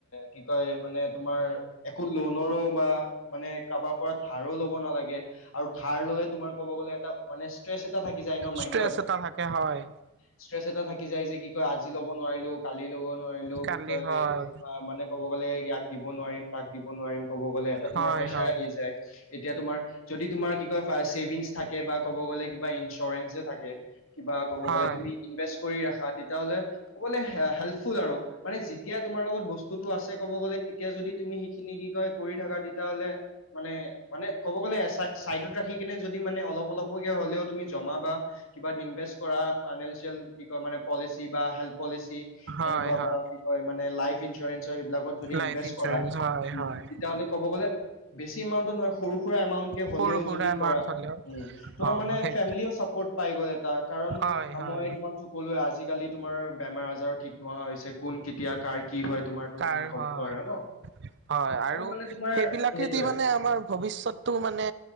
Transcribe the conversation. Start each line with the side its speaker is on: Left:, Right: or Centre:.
Left: কি কয় মানে তোমাৰ একো লনৰো বা মানে কাৰোবাৰ পৰা ধাৰো ল'ব গে আৰু ধাৰ ললে কব গলে এটা মানে থাকি যাই ন মাইডত
Right: ষ্ট্ৰেছ এটা থাকে হয়
Left: ইষ্টেট এটা থাকি যায় যে আজি ল'ব নোৱাৰিলো কালি ল'ব নোৱাৰিলো
Right: কালি
Left: কি কয়
Right: হয়
Left: মানে ক'ব গ'লে দিব নোৱাৰিম তাক দিব নোৱাৰিম ক'ব গ'লে এটা তোমাৰ
Right: হয়
Left: প্ৰেচাৰ
Right: হয়
Left: আহি যায় এতিয়া তোমাৰ যদি তোমাৰ কিবা চছেভিংছ থাকে বা ক'ব গ'লে কিবা ইঞ্চুৰেঞ্চো থাকে। কিবা ক'ব গ'লে
Right: হয়
Left: তুমি ইনভেষ্ট কৰি ৰাখাত় তেতিয়াহ'লে ক'বলে হেল্পফুল আৰু মানে যেতিয়া তোমাৰ লগত বস্তুটো আছে ক'ব গ'লে তেতিয়া যদি তি সেইখিন কি ক কৰি থাকা তেতিয়ালে মানে মানে ক'ব গত ৰাখি কিনে যদি মানে অলপ অলপক হলেও তুমি জমা বা কিবা ইনভেষ্ট কৰা ফাইনেন্সিয়েল কি কয় মানে পলিচি বা হেল্থ পলিচি।
Right: হয়
Left: সেনেকুৱা
Right: হয়
Left: বা কি কয় মানে লাইফ তিনছৰ ইনচৰ সেইবিলাকত যদি
Right: লাইফ
Left: ইনভেষ্ট
Right: ইঞ্চুৰেঞ্চ
Left: কৰা
Right: হয়
Left: উম
Right: হয়
Left: তেতিয়াহলে কব গলে বেছি এমাউণ্টত নহয় সৰু সুৰা এমাউণ্টকে হলেও
Right: সৰু সুৰা
Left: যদি
Right: এমাউন্ট
Left: কৰা,
Right: হলেও
Left: উম তোমাৰ
Right: অ
Left: মানে
Right: সেই
Left: ফেমেলীও চাপৰ্ট পাই গ'ল এটা কাৰণ
Right: হয় হয়
Left: মই তোমাক ত কলোৱে আজি কালি তোমাৰ বেমাৰ আজাৰো ঠিক নোহোৱা হৈছে কোন কেতিয়া কাৰ কি হয় তোমাৰতো
Right: তাৰ
Left: তুমি ক'ব
Right: হয়
Left: নোৱাৰা ন।
Right: হয় আৰু
Left: মানে তোমাৰ
Right: সেইবিলাকেদি
Left: সেইটোয়ে
Right: মানে আমাৰ ভৱষ্যতটো মানে